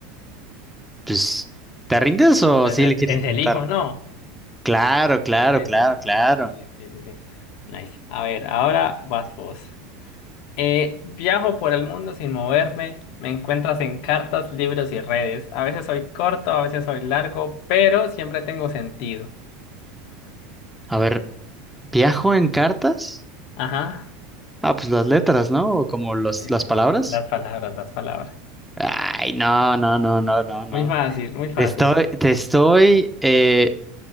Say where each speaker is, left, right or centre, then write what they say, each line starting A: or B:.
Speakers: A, in the centre; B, on the left (about 60°).
A: Pues, ¿te rindes o
B: Entonces,
A: sí le quieres
B: es
A: intentar?
B: el hijo, ¿no?
A: Claro, claro,
B: Eso,
A: claro,
B: listo,
A: claro.
B: listo, dale. Sí, sí, sí. Nice. A ver, ahora vas vos. Eh, viajo por el mundo sin moverme. Me encuentras en cartas, libros y redes. A veces soy corto, a veces soy largo, pero siempre tengo sentido.
A: A ver, ¿viajo en cartas?
B: Ajá.
A: Ah, pues las letras, ¿no? O como los,
B: Eh,
A: las palabras.
B: las palabras, las palabras.
A: Ay, no, no, no, no, no, no.
B: Muy fácil, muy fácil.
A: Te estoy, te estoy eh,